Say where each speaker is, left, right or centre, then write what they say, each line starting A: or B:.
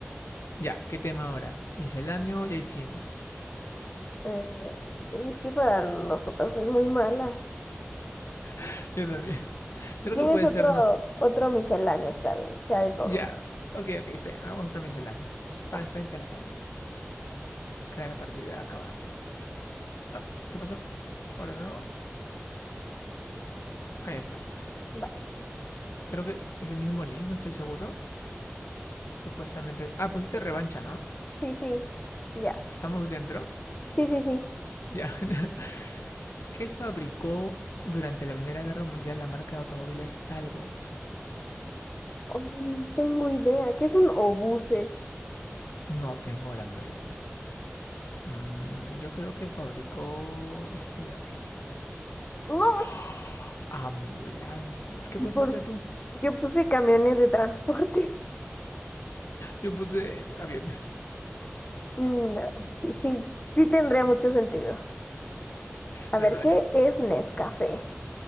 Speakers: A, on the left; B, on the left.
A: Ya, ¿qué tema ahora? Misceláneo ya hicimos.
B: Eh, uy, es que para los otros soy muy mala.
A: <laughs> Yo también.
B: Si
A: Creo
B: ¿Quieres
A: que puede
B: otro,
A: ser, no,
B: otro misceláneo? Está bien, que sea de todo.
A: Ya. Ok, ok, está bien. Hagamos otro misceláneo. Estaba,
B: Va,
A: estaba interesante. Crear a partir de acá. va. Ah, ¿Qué pasó? Joder, no. Ahí está.
B: va.
A: Creo que es el mismo link, no estoy seguro. Supuestamente. Ah, pusiste revancha, ¿no?
B: Sí, sí, ya.
A: ¿Estamos dentro?
B: Sí, sí, sí.
A: Ya. <laughs> ¿Qué fabricó durante la Primera Guerra Mundial la marca de automóviles Talbot?
B: Oh, no tengo idea. ¿Qué es un obuses?
A: No tengo la menor idea. Mm, yo creo que fabricó esto de aquí.
B: No,
A: <gasps> ¡Oh! Ambulancias. ¿Qué
B: ¿y
A: pusiste
B: por qué
A: tú?
B: yo puse camiones de transporte? <laughs>
A: Yo puse aviones,
B: Mm, no, sí, sí, sí tendría mucho sentido. A
A: pero
B: ver,
A: no
B: ¿qué es Nescafé?